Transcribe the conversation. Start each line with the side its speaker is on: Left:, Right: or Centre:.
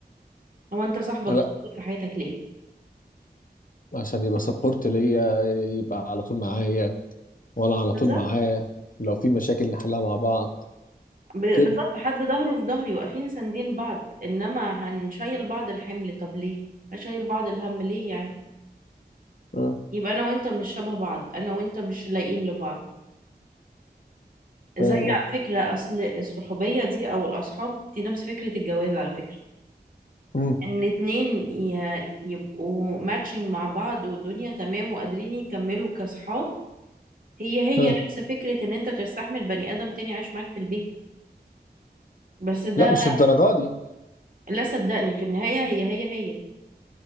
Right: هو انت صاحبك
Left: لأ
Right: ده موجود في حياتك ليه
Left: عشان يبقى سبورت ليا يبقى على طول معايا وانا على
Right: بالظبط.
Left: طول معاه لو في مشاكل نحلها مع بعض
Right: ب-
Left: كده
Right: بالظبط حد ظهره في ظهري واقفين ساندين بعض انما هنشيل بعض الحمل طب ليه هشيل بعض الهم ليه يعني
Left: اه
Right: يبقى انا وانت مش شبه بعض انا وانت مش لايقين لبعض زي
Left: فاهم قصدك
Right: على فكرة اصل الصحوبية دي او الاصحاب دي نفس فكرة الجواز على فكرة
Left: أمم،
Right: ان اتنين ي- يبقوا ماتشنج مع بعض والدنيا تمام وقادرين يكملوا كاصحاب هي هي
Left: اه
Right: نفس فكرة ان انت تستحمل بني ادم تاني عايش معاك في البيت بس ده
Left: لا مش الدرجه دي
Right: لا صدقني في النهاية هي هي هي